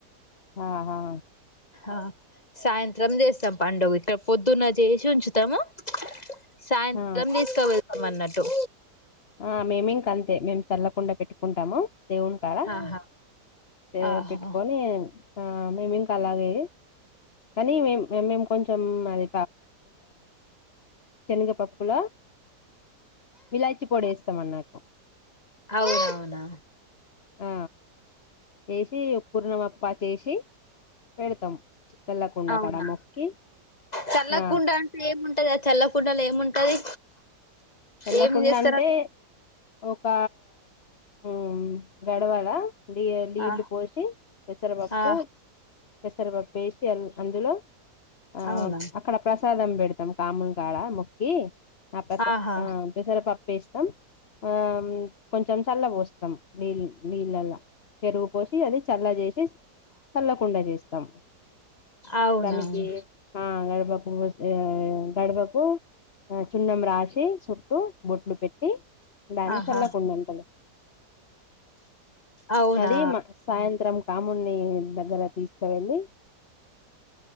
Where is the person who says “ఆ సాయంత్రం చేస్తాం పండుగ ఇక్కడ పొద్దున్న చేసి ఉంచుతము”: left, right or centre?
Left